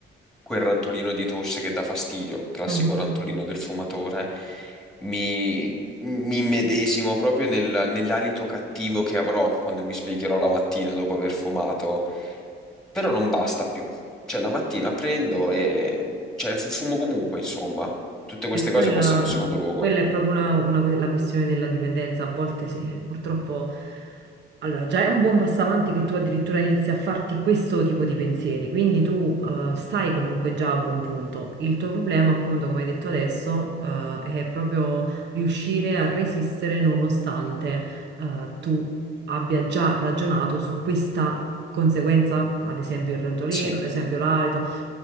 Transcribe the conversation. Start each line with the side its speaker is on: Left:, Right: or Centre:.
Centre: quel rantolino di tosse che dà fastidio, classico
Right: Mhm.
Centre: rantolino del fumatore. Mi, mi immedesimo proprio nel- nell'alito cattivo che avrò quando mi sveglierò la mattina dopo aver fumato. Però non basta più. Cioè, la mattina prendo e... Cioè, fu- fumo comunque, insomma. Tutte queste
Right: E quella,
Centre: cose passano in secondo luogo.
Right: quella è proprio una, una que- la questione della dipendenza. A volte sì, eh, purtroppo. Allora, già è un buon passo avanti che tu addirittura inizi a farti questo tipo di pensieri, quindi tu eh, stai comunque già a buon punto. Il tuo problema, appunto, come hai detto adesso, eh, è proprio riuscire a resistere nonostante eh, tu abbia già ragionato su questa conseguenza, ad esempio il rantolino,
Centre: Sì,
Right: ad esempio l'alito.